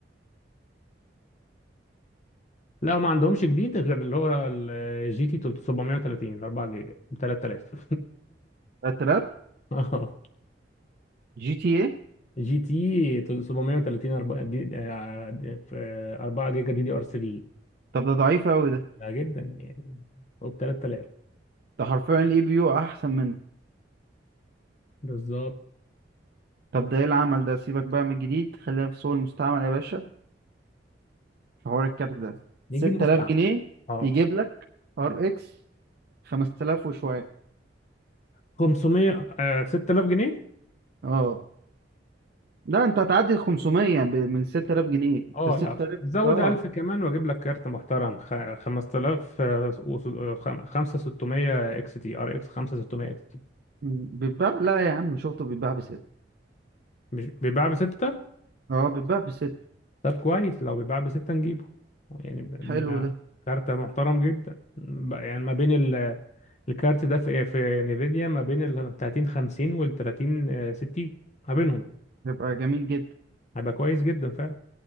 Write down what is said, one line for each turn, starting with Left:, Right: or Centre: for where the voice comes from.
Left: لا ما عندهمش جديد غير اللي هو الجي تي 730 4 جيجا ب 3000
Right: 3000
Left: <laughs>
Right: جي تي ايه
Left: جي تي 730 4 دي آه، دي- في 4 جيجا دي دي ار 3
Right: طب ده ضعيف قوي ده
Left: ده جدا يعني وب 3000
Right: ده حرفيا الاي بي يو احسن منه
Left: بالظبط
Right: طب ده ايه العمل ده سيبك بقى من الجديد خلينا في سوق المستعمل يا باشا في حوار الكارت ده
Left: نجيب
Right: 6000
Left: مستعمل
Right: جنيه
Left: اه
Right: يجيب لك ار اكس 5000 وشويه
Left: 500 آه 6000 جنيه
Right: اه لا انت هتعدي ال 500 ب- من 6000 جنيه
Left: اه
Right: ده 6000
Left: لا زود
Right: اه
Left: 1000 كمان واجيب لك كارت محترم خ- 5000 آه، وس- آه، خم- 5600 اكس تي ار اكس 5600 اكس تي
Right: م- بيتباع لا يا عم شفته بيتباع بست
Left: مش بيباع بستة
Right: اه بيتباع بست
Left: طب كويس لو بيباع بستة نجيبه يعني ب-
Right: حلو
Left: ب-
Right: ده
Left: كارت محترم جدا ب- يعني ما بين الكارت ده في إيه؟ في نيفيديا ما بين ال 30 50 وال 30 آه، 60 ما بينهم
Right: يبقى جميل جدا
Left: هيبقى كويس جدا فعلا